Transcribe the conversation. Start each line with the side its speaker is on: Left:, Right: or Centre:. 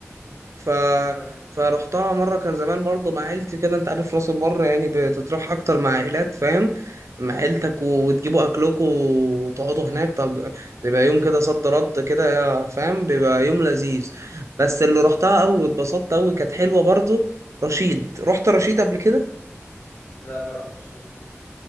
Right: ف
Left: آه،
Right: فرحتها مره كان زمان برضه مع عيلتي كده انت عارف راس البر يعني بتتروح اكتر مع عائلات فاهم مع عيلتك وتجيبوا اكلكم وتقعدوا هناك طب بيبقى يوم كده صد رد كده فاهم بيبقى يوم لذيذ بس اللي رحتها قوي واتبسطت قوي كانت حلوه برضه رشيد رحت رشيد قبل كده
Left: لا ما رحتش راس البر